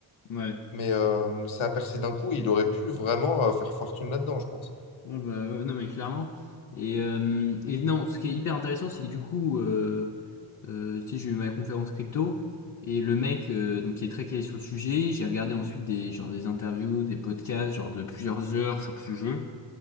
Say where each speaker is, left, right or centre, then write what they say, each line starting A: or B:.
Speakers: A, on the left; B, on the left.
A: ouais.
B: mais euh, ça a percé d'un coup. et il aurait pu vraiment euh, faire fortune là-dedans, je pense.
A: Ouais, bah, ouais, non, mais clairement. Et, euh, et non, ce qui est hyper intéressant, c'est que du coup, euh, euh, tu sais, j'ai eu ma conférence crypto et le mec euh, donc, qui est très calé sur le sujet, j'ai regardé ensuite des, genre, des interviews, des podcasts, genre de plusieurs heures sur le sujet.